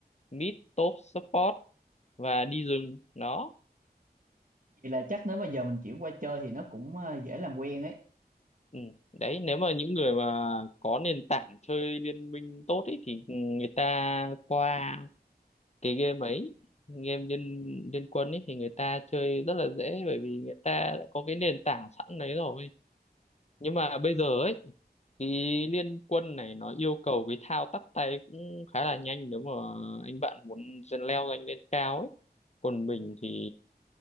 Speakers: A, on the left (about 40°); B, on the right (about 50°).
A: mid top support và đi rừng đó
B: Vậy là chắc nếu mà giờ mình chuyển qua chơi thì nó cũng ờ, dễ làm quen ấy.
A: ừ. đấy nếu mà những người mà có nền tảng chơi liên minh tốt ấy thì người ta qua cái game ấy game liên liên quân ấy thì người ta chơi rất là dễ bởi vì người ta đã có cái nền tảng sẵn đấy rồi nhưng mà bây giờ ấy cái liên quân này nó yêu cầu cái thao tác tay cũng khá là nhanh nếu mà anh bạn muốn dần leo anh lên cao ấy còn mình thì